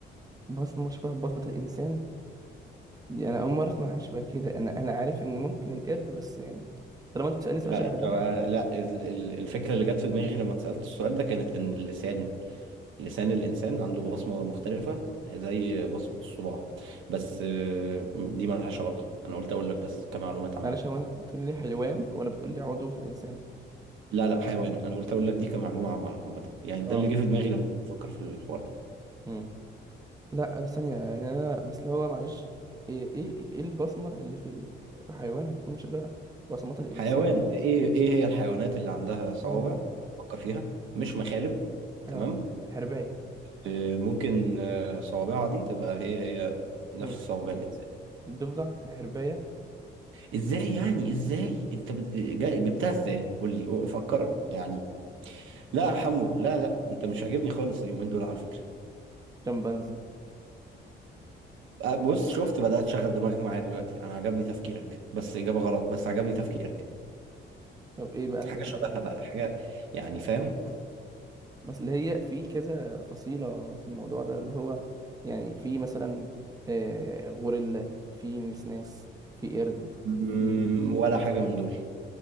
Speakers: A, on the right (about 20°); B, on the right (about 80°).
A: بصمة شبه بصمة الإنسان دي أنا أول مرة أسمع عن شبه كده أنا أنا عارف إن ممكن القرد بس يعني طالما أنت بتسألني سؤال
B: لا
A: شبه
B: انت
A: ده
B: بقى- لا ال- ال- الفكره اللي جت في دماغي لما اتسالت السؤال ده كانت ان اللسان لسان الانسان عنده بصمه مختلفه زي بصمه الصباع بس آه، دي ما لهاش علاقه انا قلت اقول لك بس كمعلومات عامه
A: معلش هو انت بتقول لي حيوان ولا بتقول لي عضو في انسان
B: لا لا حيوان انا قلت اقول لك دي كمعلومه عامه عامه يعني ده
A: اه
B: اللي جه في دماغي لما كنت بفكر في الحوار ده
A: امم لا ثانيه يعني انا مثلا هو معلش ايه ايه ايه البصمه اللي في ال... في حيوان هتكون شبه بصمات الانسان
B: حيوان ايه ايه هي الحيوانات اللي عندها صوابع
A: اه
B: فكر فيها مش مخالب تمام
A: آه، حربايه
B: آه، ممكن آه، صوابعها دي تبقى هي هي نفس
A: امم
B: صوابع الانسان
A: الضفدع الحربايه
B: ازاي يعني ازاي انت بت- جا- جبتها ازاي قول لي فكر يعني لا يا حمو لا لا انت مش عاجبني خالص اليومين دول على فكرة
A: شمبانزي
B: أه، بص شفت بدأت تشغل دماغك معايا دلوقتي انا عجبني تفكيرك بس إجابة غلط بس عجبني تفكيرك
A: طب ايه بقى
B: حاجة
A: بقى
B: شبهها
A: بقى يعني
B: بقى حاجة يعني فاهم
A: مثلا هي في كذا فصيله في الموضوع ده اللي هو يعني في مثلا آه غوريلا في نسناس في قرد
B: مم،
A: في
B: ولا حاجة من دول